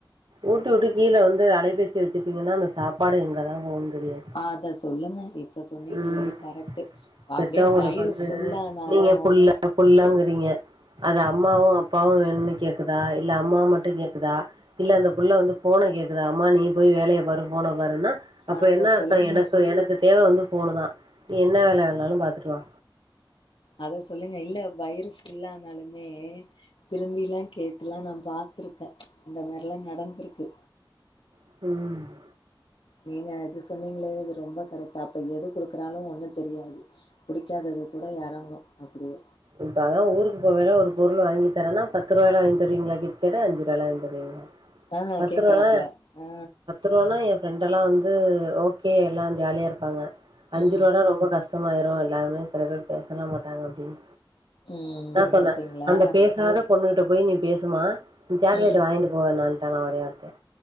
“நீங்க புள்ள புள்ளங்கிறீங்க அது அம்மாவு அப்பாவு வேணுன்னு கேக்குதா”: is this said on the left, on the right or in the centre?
Right